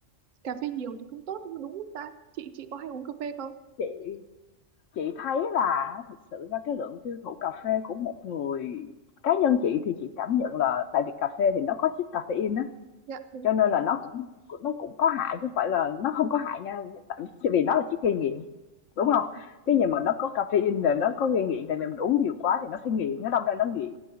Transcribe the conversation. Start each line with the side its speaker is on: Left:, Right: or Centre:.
Right: cà phê nhiều thì không tốt đúng không ta chị chị có hay uống cà phê không
Left: chị chị thấy là thực sự ra cái lượng tiêu thụ cà phê của một người cá nhân chị thì chị cảm nhận là tại vì cà phê thì nó có chất caffeine á,
Right: dạ đúng
Left: Cho nên là nó cũng nó cũng có hại chứ không phải là nó không có hại nha, tại vì nó là chất gây nghiện, đúng
Right: Ờ,
Left: không
Right: ừ. ừ,
Left: Cái gì mà nó có caffeine là nó có gây nghiện, tại vì mình uống nhiều quá thì nó sẽ nghiện, nó đâm ra nó nghiện.